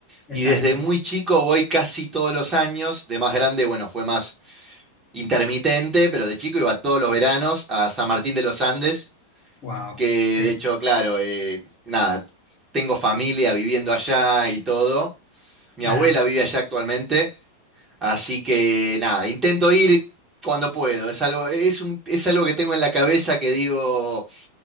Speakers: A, on the left; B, on the right.
A: Exacto.
B: Y desde muy chico voy casi todos los años. De más grande, bueno, fue más intermitente, pero de chico iba todos los veranos a San Martín de los Andes,
A: Wow.
B: que
A: Sí,
B: de hecho, claro, eh, nada, tengo familia viviendo allá y todo. Mi
A: claro.
B: abuela vive allá actualmente, así que nada, intento ir cuando puedo. Es algo, es un- es algo que tengo en la cabeza que digo,